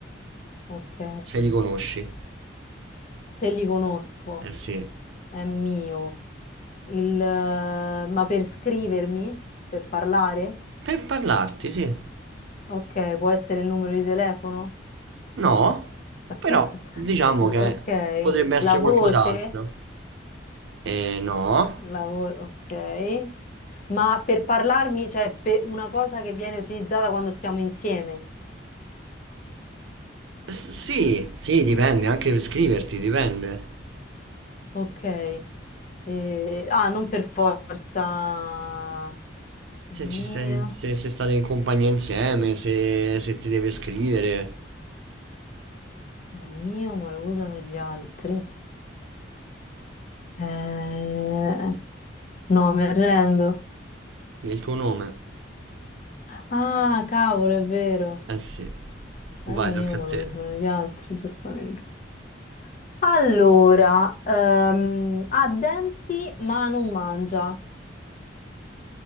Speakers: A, on the left; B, on the right.
A: Ok,
B: se li conosci.
A: se li conosco
B: Eh sì.
A: è mio. Il, eh, ma per scrivermi, per parlare?
B: Per parlarti, sì.
A: Ok, può essere il numero di telefono?
B: No,
A: <laughs>
B: però diciamo
A: Ok,
B: che potrebbe essere
A: la voce?
B: qualcos'altro. Eh no.
A: La vo- ok. Ma per parlarmi, cioè per una cosa che viene utilizzata quando stiamo insieme.
B: S- sì, sì, dipende, anche per scriverti, dipende.
A: Ok. Eh, ah, non per forza. È
B: Se,
A: mio,
B: ci stai, se, se state in compagnia insieme, se, se ti deve scrivere
A: è mio, ma lo usano gli altri. Eh, no, mi arrendo.
B: il tuo nome.
A: Ah, cavolo, è vero.
B: Eh sì.
A: È
B: Vai,
A: mio,
B: tocca
A: ma
B: a te.
A: lo usano gli altri, giustamente. Allora, ehm, ha denti, ma non mangia.